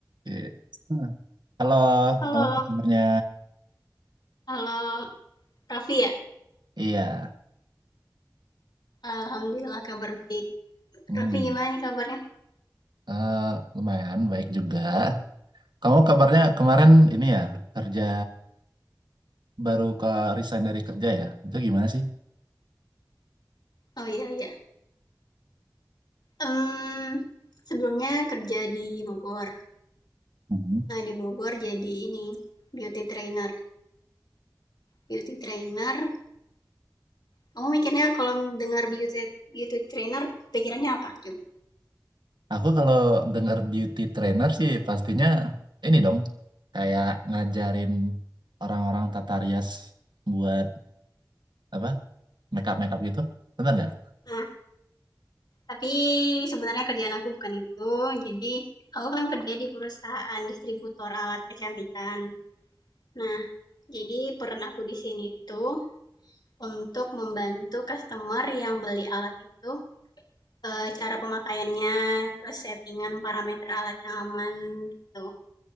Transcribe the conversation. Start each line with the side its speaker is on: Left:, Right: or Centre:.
Right: Iya. Hmm. Halo,
Left: Halo,
Right: kamu apa kabarnya?
Left: halo Raffi ya?
Right: Iya.
Left: Alhamdulillah kabar baik.
Right: Hmm,
Left: Raffi gimana nih kabarnya?
Right: eh, lumayan baik juga. Kamu kabarnya kemarin ini ya kerja baru ke resign dari kerja ya? Itu gimana sih?
Left: Oh iya iya. Em, sebelumnya kerja di Bogor.
Right: Mhm.
Left: Nah di Bogor jadi ini beauty trainer. Beauty trainer. Kamu mikirnya kalau dengar beauty beauty trainer pikirannya apa coba?
Right: Aku kalau dengar beauty trainer sih pastinya ini dong kayak ngajarin orang-orang tata rias buat apa makeup makeup gitu, bener nggak?
Left: Nah tapi sebenarnya kerjaan aku bukan itu. Jadi aku kan kerja di perusahaan distributor alat kecantikan. Nah jadi peran aku di sini tuh Untuk membantu customer yang beli alat itu, eee, cara pemakaiannya, terus settingan parameter alat yang aman, gitu.